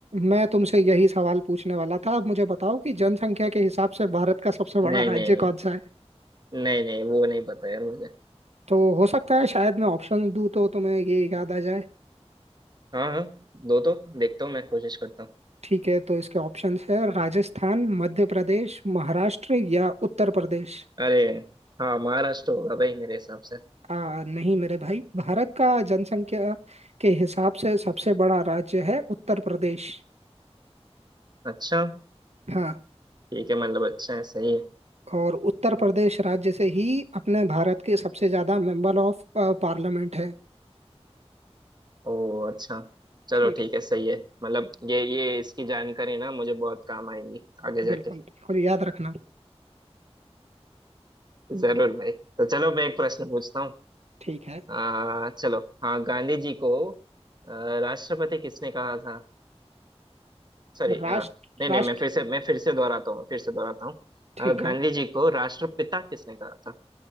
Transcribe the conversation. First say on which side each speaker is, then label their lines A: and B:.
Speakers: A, on the right; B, on the right.
A: मैं तुमसे यही सवाल पूछने वाला था अब मुझे बताओ कि जनसंख्या के हिसाब से भारत का सबसे बड़ा
B: नहीं
A: राज्य
B: नहीं नहीं
A: कौन सा है
B: नहीं नहीं वो नहीं पता यार मुझे
A: तो हो सकता है शायद मैं ऑप्शन दूं तो तुम्हें ये याद आ जाए
B: हाँ हाँ दो तो देखता हूँ मैं कोशिश करता हूँ
A: ठीक है तो इसके ऑप्शंस है राजस्थान मध्य प्रदेश महाराष्ट्र या उत्तर प्रदेश
B: अरे हाँ महाराष्ट्र होगा भाई मेरे हिसाब से
A: आ, नहीं मेरे भाई भारत का जनसंख्या के हिसाब से सबसे बड़ा राज्य है उत्तर प्रदेश
B: अच्छा
A: हाँ
B: ठीक है मतलब अच्छा है सही है
A: और उत्तर प्रदेश राज्य से ही अपने भारत के सबसे ज्यादा मेंबर ऑफ पार्लियामेंट है
B: ओ अच्छा चलो
A: ठीक
B: ठीक
A: है
B: है सही है मतलब ये ये इसकी जानकारी ना मुझे बहुत काम आएगी आगे जाके
A: बिल्कुल बिल्कुल याद रखना
B: जरूर भाई तो चलो मैं एक प्रश्न पूछता हूँ
A: ठीक है
B: आ, चलो हाँ गांधी जी को आ, राष्ट्रपति किसने कहा था सॉरी
A: राष्ट्र
B: नहीं नहीं
A: राष्ट्र
B: मैं फिर से मैं फिर से दोहराता हूँ फिर से दोहराता हूँ
A: ठीक
B: आ, गांधी
A: है
B: जी को राष्ट्रपिता किसने कहा था